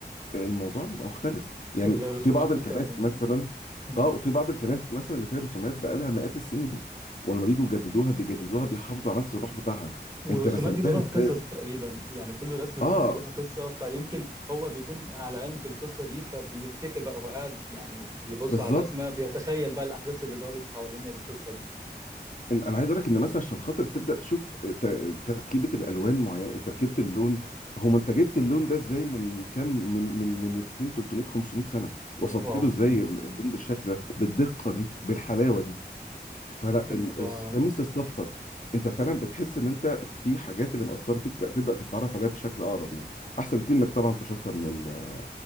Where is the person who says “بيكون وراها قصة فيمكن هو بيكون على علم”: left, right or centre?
Right